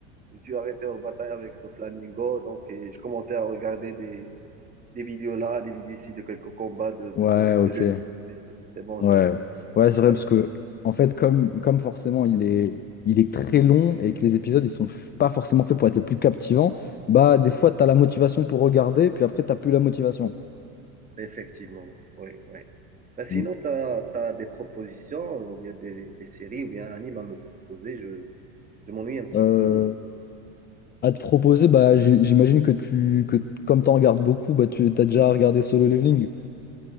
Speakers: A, on the right; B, on the left.
A: Je me suis arrêté aux batailles avec le Flamingo. Donc, et je commençais à regarder des, des vidéos là, des vidéos ici de quelques combats de, de,
B: Ouais, ok.
A: de l'UFC. C'est bon,
B: Ouais,
A: je, je
B: ouais, c'est vrai
A: la
B: parce
A: passe.
B: que en fait, comme, comme forcément il est, il est très long et que les épisodes ils sont f- pas forcément faits pour être les plus captivants, bah des fois t'as la motivation pour regarder, puis après t'as plus la motivation.
A: Effectivement, oui, oui, oui. Ben, sinon,
B: Mm.
A: tu as, des propositions ou bien des, des séries ou bien un anime à me proposer. Je, je m'ennuie un petit
B: Euh,
A: peu.
B: à te proposer, bah j- j'imagine que tu que t- comme t'en regardes beaucoup, bah tu t'as déjà regardé Solo Leveling.